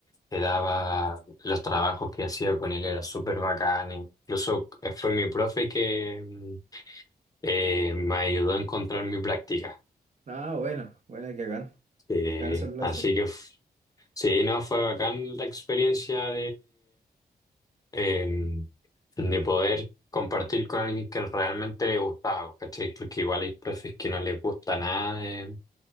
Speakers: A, on the left; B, on the right.
A: te daba los trabajos que hacía con él, era súper bacán, incluso eh, fue mi profe que em, eh, me ayudó a encontrar mi práctica.
B: Ah, buena, buena que hagan,
A: Eh,
B: que hagan esos lazos.
A: así que f- sí, no, fue bacán la experiencia eh, de poder compartir con alguien que realmente le gustaba, ¿cachai? Porque igual hay profes que no les gusta nada de,